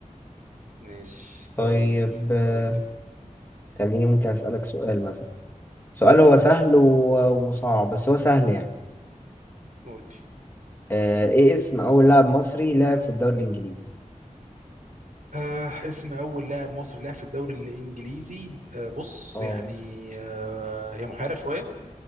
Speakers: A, on the right; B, on the left.
A: ماشي طيب
B: طيب آه،
A: قول لي
B: خليني ممكن أسألك سؤال مثلا
A: سألني
B: سؤال هو
A: سؤال
B: سهل و- وصعب بس هو سهل يعني
A: قول لي
B: آه، ايه اسم اول لاعب مصري لعب في الدوري الانجليزي
A: آه اسم اول لاعب مصري لعب في الدوري الانجليزي آه بص
B: اه
A: يعني آه هي محيره شويه